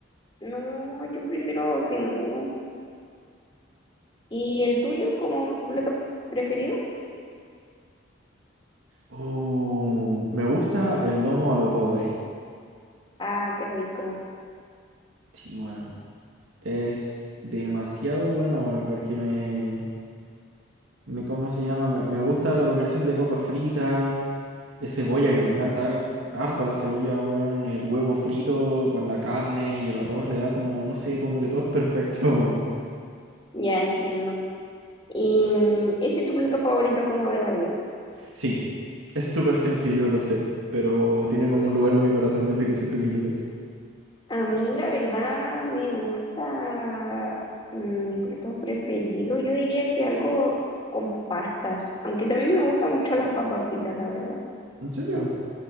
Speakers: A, on the left; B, on the right.
A: No, yo prefiero que no. ¿Y el tuyo como tu plato f- preferido?
B: Oh, me gusta el lomo a lo pobre.
A: Ah, qué rico.
B: Sí, bueno. Es demasiado bueno, weón, porque me, me, ¿cómo se llama? Me, me gusta la combinación de papas fritas, de cebolla que me encanta, harto la cebolla, weón, el huevo frito con la carne y el arroz le da como, no sé, como que todo es perfecto, <laughs> weón.
A: Ya entiendo. ¿Y ese es tu plato favorito como de la vida?
B: Sí, es súper sencillo, lo sé, pero tiene como un lugar en mi corazón desde que soy pequeñito.
A: A mí la verdad me gusta mm, mi plato preferido. Yo diría que algo con pastas, aunque también me gustan mucho las papas fritas, la verdad.
B: ¿En serio?